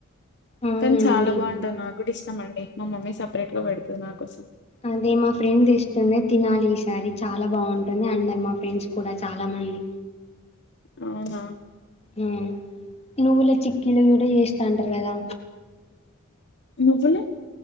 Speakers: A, on the left (about 30°); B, on the left (about 55°).
A: అవునా
B: కానీ చాలా
A: అండి?
B: బాగుంటారు నా కూడా ఇ ఇష్టమ అండి మా మమ్మీ సపరేట్ గా పడుతుంది నా కోసం
A: అదే మా ఫ్రెండ్ ఇస్తుండే తినాలి ఈసారి చాలా బాగుంటుంది అన్నారు మా ఫ్రెండ్స్ కూడా చాలా మంది
B: అవునా
A: ఉమ్ నువ్వుల చిక్కిీలు కూడా చేస్తంటారు కదా
B: నువ్వులు